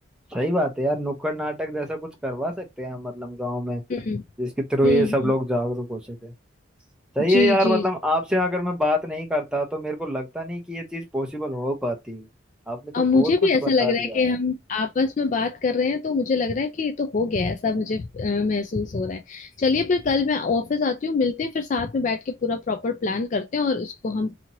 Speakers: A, in the centre; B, on the left.
A: सही बात है यार नुक्कड़ नाटक जैसा कुछ करवा सकते हैं मतलब गांव में
B: हम्म
A: जिसके थ्रू
B: हम्म
A: ये सब लोग जागरूक हो सके सही
B: जी
A: है यार
B: जी
A: मतलब आपसे अगर मैं बात नहीं करता तो मेरे को लगता नहीं कि ये चीज पॉसिबल हो पाती आपने तो
B: अब
A: बहुत
B: मुझे भी
A: कुछ
B: ऐसा
A: बता
B: लग रहा
A: दिया
B: है कि हम आपस में बात कर रहे हैं तो मुझे लग रहा है कि ये तो हो गया है, ऐसा मुझे अ, महसूस हो रहा है चलिए फिर कल मैं ऑफिस आती हूँ मिलते हैं फिर साथ में बैठ के पूरा प्रॉपर प्लान करते हैं और उसको हम